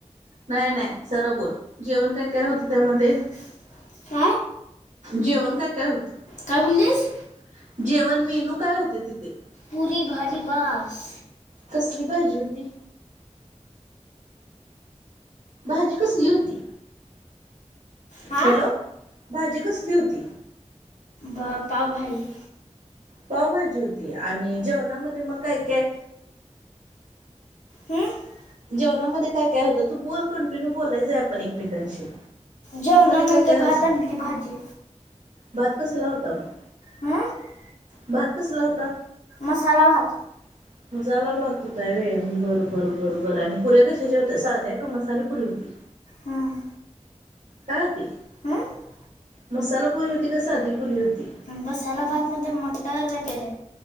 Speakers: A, on the right; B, on the left.
A: नाही-नाही सरळ बोल, जेवण काय-काय होतं त्यामध्ये?
B: <inaudible>
A: जेवण काय-काय होत?
B: काय बोललीस?
A: <inaudible> जेवण मेनू काय होते तिथे?
B: पुरी-भाजी बास.
A: कसली भाजी होती? भाजी कसली होती?
B: हा.
A: हॅलो, भाजी कसली होती?
B: बा पाव भाजी.
A: पाव भाजी होती आणि जेवणामध्ये मग काय-काय
B: हम्म
A: जेवणामध्ये काय-काय होतं? तू बोल कंटिन्यू बोलायच आहे आपण एकमेकांशी.
B: जेवणामध्ये
A: काय काय
B: भात,
A: होत
B: आमटी, भाजी.
A: भात कसंला होता मग?
B: हम्म
A: भात कसला होता?
B: मसाला भात.
A: <inaudible> मसाला भात होता व्हय, बर बर बर बर आणि पुऱ्या कशाच्या होत्या साध्या का मसाले पुरी होते?
B: हम्म
A: काय होती?
B: हम्म
A: मसाला पुरी होती का साधी पुरी होती?
B: मसाला भातमध्ये मटर वगैरे.